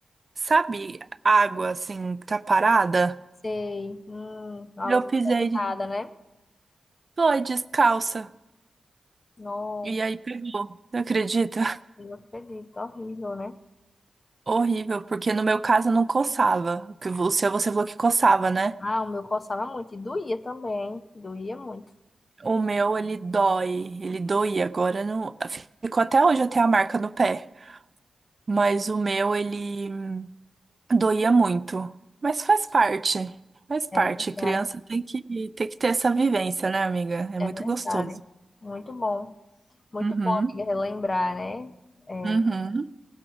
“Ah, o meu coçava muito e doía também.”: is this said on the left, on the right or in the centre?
Left